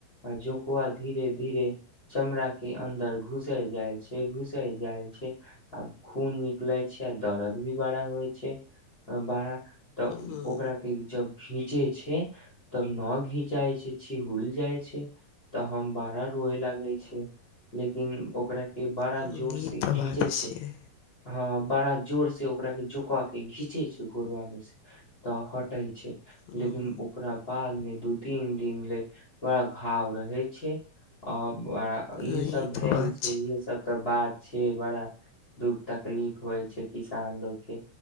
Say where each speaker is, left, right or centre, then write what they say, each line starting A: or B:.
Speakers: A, on the left; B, on the left.
A: आ जोकुआ धीरे-धीरे चमड़ा के अन्दर घुसै जाय छै, घुसै जाय छै आ खून निकलै छै, दर्द भी बाड़ा होय छै अ बाड़ा तऽ
B: हूँ
A: ओकरा के जब घिंचे छै, तब ना घिंचाय छै, छीहूल जाय छै, त हम बड़ा रोय लागै छी, लेकिन ओकरा के बड़ा
B: हूँ
A: जोर
B: ई
A: से घीचे
B: तऽ बात
A: छै।
B: छियै
A: हाँ बड़ा जोर से ओकरा के जोंकवा के घीचे छै गोरबा मे से तऽ हटे छै।
B: हूँ
A: लेकिन ओकरा बाद मे दू-तीन दिन ले बड़ा घाव रहै छै अ बड़ा इहे
B: हँ ई
A: सब भेल
B: तऽ बात
A: छै, इहे सब ते बात छे बड़ा दुःख तकलीफ होय छै किसान लोग के